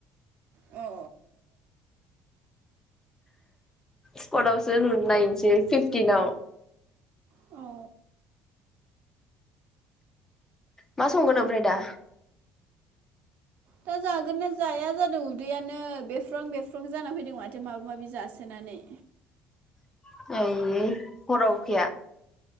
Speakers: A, on the right; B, on the left.
A: अ
B: स्कटवसो ननो नायनोसै फिफटिनाव
A: औ
B: मा संगोन ओमफ्राय दा?
A: दा जागोन ना जाया जादों उदैयानो बेफ्र्रं बेफ्र्रं जाना फैदों माथो। माथो माबा माबि जासोनानै।
B: <unintelligible> हराव <unintelligible>